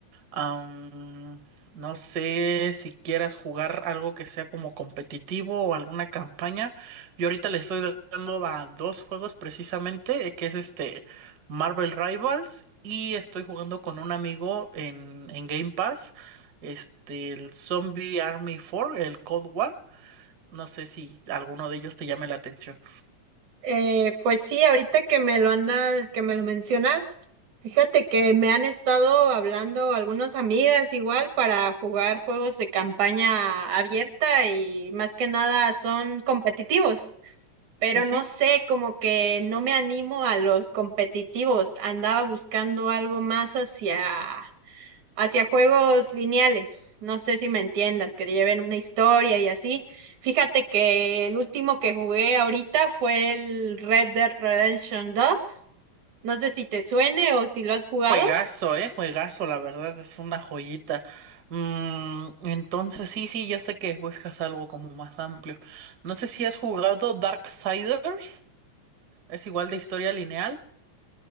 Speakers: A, on the right; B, on the right.
A: Am, no sé si quieras jugar algo que sea como competitivo o alguna campaña. Yo ahorita le estoy dando a dos juegos precisamente, eh, que es este Marvel Rivals y estoy jugando con un amigo en, en Game Pass, este, el Zombie Army 4, el Cold War. No sé si alguno de ellos te llame la atención.
B: Eh, pues sí, ahorita que me lo anda, que me lo mencionas, fíjate que me han estado hablando algunas amigas igual para jugar juegos de campaña abierta y más que nada son competitivos, pero
A: Sí, sí.
B: no sé, como que no me animo a los competitivos, andaba buscando algo más hacia hacia juegos lineales. No sé si me entiendas, que lleven una historia y así. Fíjate que el último que jugué ahorita fue el Red Dead Redemption dos No sé si te suene o si lo has jugado.
A: Juegazo, eh, juegazo, la verdad es una joyita. Mm, entonces sí, sí, ya sé que buscas algo como más amplio. No sé si has jugado Darksiders, es igual de historia lineal.